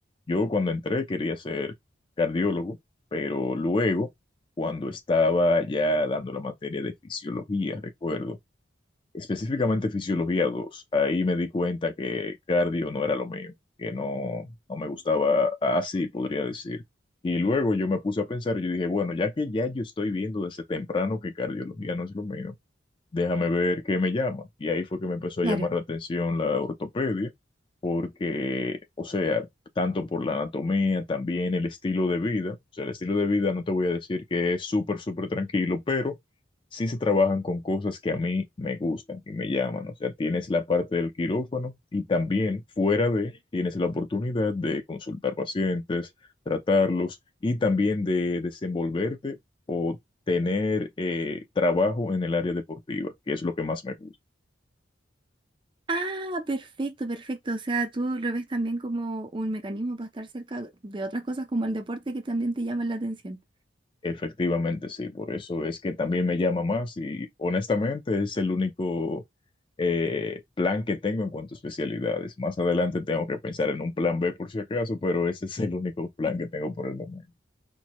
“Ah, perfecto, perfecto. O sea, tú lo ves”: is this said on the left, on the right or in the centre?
Right